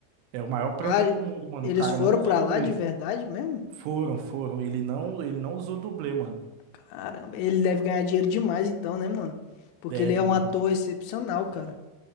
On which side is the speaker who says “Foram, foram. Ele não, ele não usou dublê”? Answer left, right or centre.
Right